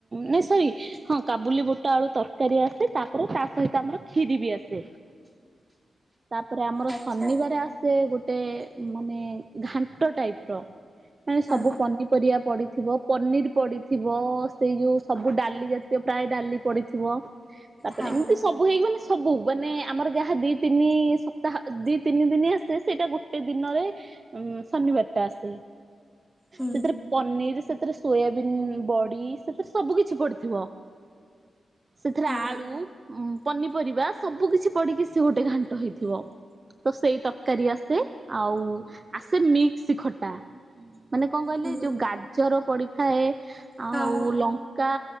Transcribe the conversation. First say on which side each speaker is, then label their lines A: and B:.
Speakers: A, on the right; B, in the centre.
A: ନାଇଁ ସରି ହଁ କାବୁଲି ବୋଟ ଆଳୁ ତର କରି ଆସେ ତାପରେ ତା ସହିତ ଆମର ଖିରି ବି ଆସେ। ତାପରେ ଆମର
B: ଆଚ୍ଛା
A: ଶନିବାର ଆସ ସେ ଗୋଟେ ମାନେ ଘାଣ୍ଟ ଟାଇପ୍ ର। ମାନେ
B: ହଁ
A: ସବୁ ପନିପରିବା ପଡିଥିବ। ପନିର୍ ପଡିଥିବ ସେଇ ଯୋଉ ସବୁ ଡାଲି ଜାତୀୟ ପ୍ରାୟ ଡାଲି ପଡିଥିବ। ତାପରେ
B: ହଁ
A: ଏମିତି ସବୁ ହେଇକି ମାନେ ସବୁ। ବନେ ଆମର ଯାହା ଦି ତିନି ସପ୍ତାହ ଦି ତିନି ଦିନ ଆସେ ସେଇଟା ଗୋଟେ ଦିନରେ ଉ ଶନିବାର ଟା ଆସେ
B: ହୁଁ
A: ସେଥିରେ ପନିର୍ ସେଥିରେ ସୋୟାବିନ୍ ବଡି ସେଥିରେ ସବୁ କିିଛି ପଡିଥିବ। ସେଥିରେ
B: ହଁ
A: ଆଳୁ ପନିପରିବା ସବୁ କିଛି ପଡିକି ସେ ଗୋଟେ ଘାଣ୍ଟ ହେଇଥିବ। ତ ସେଇ ତରକାରୀ ଆସେ ଆଉ ଆସେ ମିକ୍ସ ଖଟା। ମାନେ କଣ କହିଲେ
B: ହୁଁ
A: ଯୋଉ ଗାଜର ପଡିଥାଏ ଆଉ
B: ହଁ
A: ଲ କା